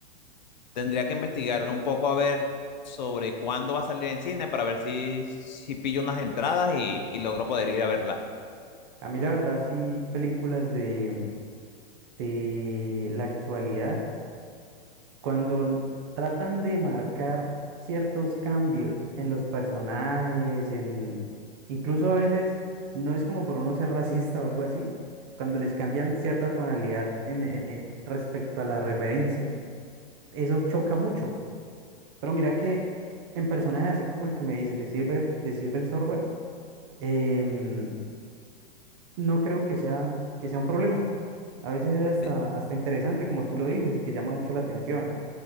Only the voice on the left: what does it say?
Tendría
que investigar un poco a ver sobre cuándo va a salir en cine para ver si, si pillo unas entradas y, y logro poder ir a verla.
Sí,